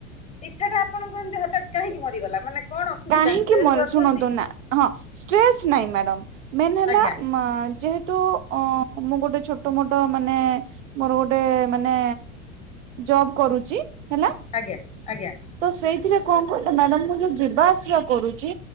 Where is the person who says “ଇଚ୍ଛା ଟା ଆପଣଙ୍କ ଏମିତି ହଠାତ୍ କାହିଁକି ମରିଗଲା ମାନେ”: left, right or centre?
Left